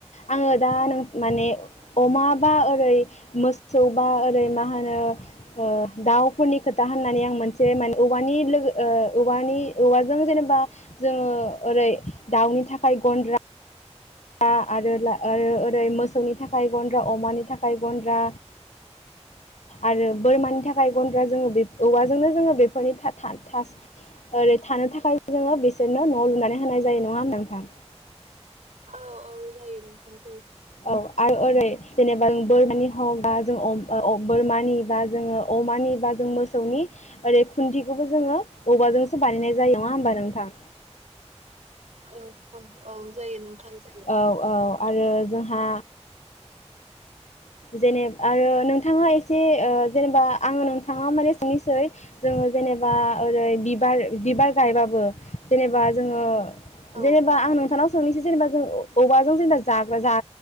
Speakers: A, on the left; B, on the right.
A: आङो दा नों माने अमा बा ओरै मोसौ बा ओरै मा होनो ओ दाउफोरनि खोथा होननानै आं मोनसे <inaudible> औवानि लोगो ओ औवानि औवाजों जेनेबा जोङो ओरै दाउनि थाखाय गन्द्रा। <inaudible> आरो आरो ओरै मोसौनि थाखाय गन्द्रा अमानि थाखाय गन्द्रा। आरो बोरमानि थाखाय गन्द्रा जोङो बे औवाजोंनो जोङो बेफोरनि था था थास ओरै थानो थाखाय जोङो बिसोरनो न' लुनानै होनाय जायो नङा होमबा नोंथां?
B: औ औ जायो नोंथां जायो।
A: औ आरो ओरै जेनेबा जों बोरमानि हम बा जों अम अ बोरमानि बा जोङो अमानि बा जों मोसौनि ओरै खुन्थिखौबो जोङो औवाजोंसो बानायनाय
B: उम उम
A: जायो नङा होमबा नोंथां
B: ओ ओ औ जायो नोंथां जायो
A: औ औ आरो जोंहा जेने आरो नोंथाङा एसे ओ जेनेबा आङो नोंथांआ माने सोंनिसै जोङो जेनेबा ओरै बिबार-बिबार गायबाबो जेनेबा जोङो
B: औ
A: जेनेबा आं नोंथांनाव सोंनिसै जेनेबा जों औवाजों जोंना जाग्रा जा